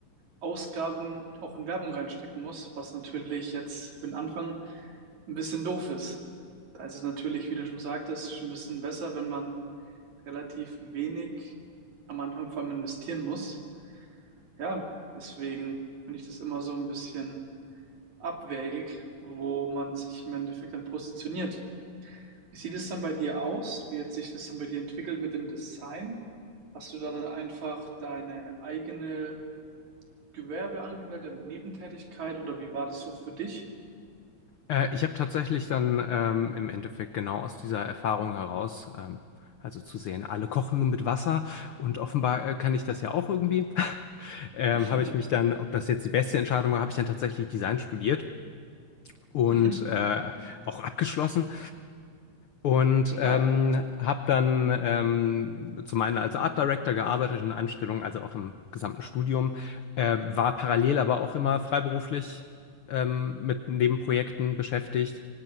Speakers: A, on the right; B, on the left.
A: Ausgaben auch in Werbung reinstecken muss, was natürlich jetzt für den Anfang ein bisschen doof ist. Da ist es natürlich, wie du schon sagtest, schon ein bisschen besser, wenn man relativ wenig am Anfang vor allem investieren muss. Ja, deswegen finde ich das immer so ein bisschen abwägig, wo man sich im Endeffekt dann positioniert. Wie sieht es dann bei dir aus? Wie hat sich das dann bei dir entwickelt mit dem Design? Hast du da dann einfach deine eigene Gewerbe angemeldet, eine Nebentätigkeit oder wie war das so für dich?
B: Äh, ich habe tatsächlich dann ähm, im Endeffekt genau aus dieser Erfahrung heraus, ähm, also zu sehen, alle kochen nur mit Wasser und offenbar äh, kann ich das ja auch irgendwie, <laughs> ähm,
A: <laughs>
B: habe ich mich dann, ob das jetzt die beste Entscheidung war, habe ich dann tatsächlich Design studiert und
A: Mhm.
B: äh, auch abgeschlossen. Und
A: Stark.
B: ähm, habe dann ähm, zum einen als Art Director gearbeitet in Anstellung, also auch im gesamten Studium, äh, war parallel aber auch immer freiberuflich ähm, mit Nebenprojekten beschäftigt.